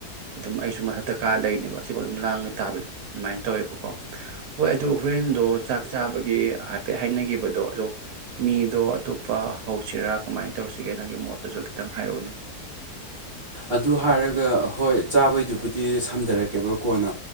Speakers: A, on the right (about 70°); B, on the right (about 40°).
A: ꯑꯗꯨꯝ ꯑꯩꯁꯨ ꯃꯊꯛꯇꯀꯥꯔ ꯂꯩꯔꯤꯅꯦꯕ ꯑꯁꯤꯕꯨ ꯑꯗꯨꯝ ꯂꯥꯡꯉ ꯇꯥꯕꯗꯣ ꯑꯗꯨꯃꯥꯏꯅ ꯇꯧꯋꯦꯕꯀꯣ ꯍꯣꯏ ꯑꯗꯨ ꯍꯣꯔꯦꯟꯗꯣ ꯆꯥꯛ ꯆꯥꯕꯒꯤ ꯍꯥꯏꯐꯦꯠ ꯍꯥꯏꯅꯈꯤꯕꯗꯣ ꯑꯗꯣ ꯃꯤꯗꯣ ꯑꯇꯣꯞꯄ ꯍꯧꯁꯤꯔꯥ ꯀꯃꯥꯏꯅ ꯇꯧꯁꯤꯒꯦ ꯅꯪꯒꯤ ꯃꯣꯠꯇꯁꯨ ꯈꯤꯇꯪ ꯍꯥꯏꯔꯛꯎꯅꯦ
B: ꯑꯗꯨ ꯍꯥꯏꯔꯒ ꯍꯣꯏ ꯆꯥꯕꯩꯗꯨꯕꯨꯗꯤ ꯁꯝꯊꯔꯛꯀꯦꯕ ꯀꯣꯟꯅ